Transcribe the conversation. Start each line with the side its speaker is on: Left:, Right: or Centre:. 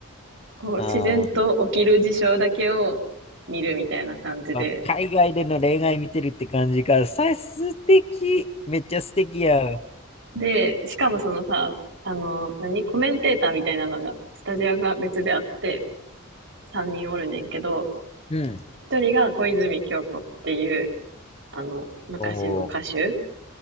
Right: こう自然と起きる事象だけを見るみたいな感じで。
Left: あー、まあ、海外での恋愛見てるって感じか。さ、素敵。めっちゃ素敵やん。
Right: で、しかもそのさ、あの、何、コメンテーターみたいなのが、スタジオが別であって、3人おるねんけど、
Left: うん。
Right: 一人が小泉今日子っていう、あの、昔の歌手
Left: おお、